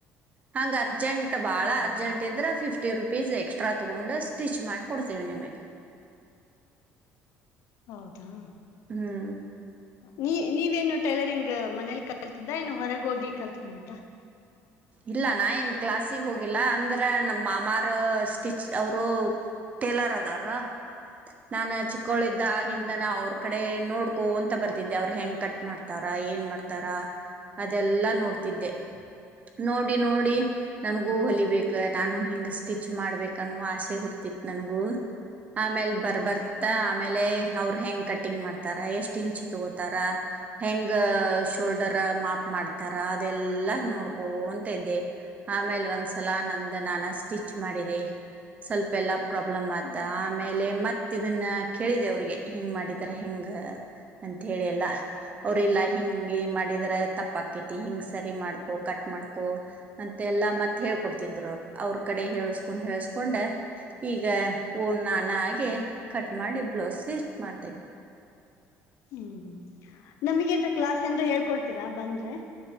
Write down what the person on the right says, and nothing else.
<unintelligible> ಅರ್ಜೆಂಟ್ ಬಾಳ
ಅರ್ಜೆಂಟ್ ಇದ್ರೆ ಫಿಫ್ಟಿ ಫಿಫ್ಟಿ ರುಪೀಸ್ ಎಕ್ಸ್ಟ್ರಾ ತಗೊಂಡು ಸ್ಟಿಚ್ ಮಾಡಿ ಕೊಡ್ತೀವಿ ನಿಮಗೆ
ಹ್ಮ್
ಇಲ್ಲ ನಾ ಏನ್ ಕ್ಲಾಸ್ಸಿಗೆ ಹೋಗಿಲ್ಲ ಅಂದ್ರೆ ನಮ್ಮ ಮಾಮಾರ ಸ್ಟಿಚ್ ಅವರು ಟೇಲರ್ ಅದಾರ ನಾನ ಚಿ ಕ್ಕೋಳಿದ್ದಾಗಿಂದ
ನಾ ಅವ್ರ ಕಡೆ ನೋಡ್ಕೋ ಅಂತ ಬರ್ತಿದ್ದೆ ಅವ್ರು ಹೆಂಗ್ ಕಟ್ಟ ಮಾಡ್ತಾರಾ ಏನ್ ಮಾಡ್ತ ತರಾ ಅದೆಲ್ಲಾ ನೋಡ್ತಿದ್ದೆ ನೋಡಿ ನೋಡಿ ನನ್ಗೂ
ಹೊಲಿ ಬೇಕ ನಾನು ಹಿಂಗ ಸ್ಟಿಚ್ ಮಾಡ್ಬೇಕನ್ನೋ ಆಸೆ ಹುಡ್ತಿತ್ ನನಗು ಆಮೇಲ್ ಬರ್ಬರ್ತ್ತಾ
ಆಮೇಲೆ ಅವರು ಹೆಂಗ್ ಕಟ್ಟಿಂಗ್ ಮಾಡ್ತಾರ ಎಷ್ಟ್ ಇಂಚ್ ತಗೋತಾರ ಹೆಂಗ ಶೋಲ್ಡರ್ ಮಾಪ್ ಮಾಡ್ತಾರ ಅದೆಲ್ಲ ನೋಡ್ ಕೋಂತ ಇದ್ದೆ ಆಮೇಲೆ ಒಂದ್ಸಲ ನಂದ ನಾನ ಸ್ಟಿಚ್ ಮಾಡಿದೆ ಸ್ವಲ್ಪ ಎಲ್ಲಾ ಪ್ರಾಬ್ಲಮ್ ಆತ
ಆಮೇಲೆ ಮತ್ತೆ ಮ ಇದನ್ನ ಕೇಳಿದೆ ಅವ್ರಿಗೆ ಹಿಂಗ್ ಮಾಡಿದ್ದಾರೆ ಹೆಂಗ ಅಂತ ಹೇಳಿ ಎಲ್ಲ ಅವ್ರಲ್ಲ ಹಿಂಗಿ ಮಾಡಿದ್ರ ತಪ್ಪಾಕೈತಿ ಹಿಂಗ ಸರಿ ಮಾಡ್ಕೋ ಕಟ್ಟ ಕ ಮಾಡ್ಕೊ ಅಂತೆ ಎಲ್ಲಾ ಮತ್ತ್ ಹೇಳ್ಕೊಡ್ತಿದ್ರು ಅವರು ಅವ್ರ ಕಡೆ ಹಳ್ಸ್ಕೊಂಡ್ ಹೇಳ್ಸ್ಕೊಂಡ ಈಗ ಓನ್ ನಾನ ಆಗಿ ಕಟ್ ಮಾಡಿ ಬ್ಲೌಸ್ ಮಾಡ್ತೇನಿ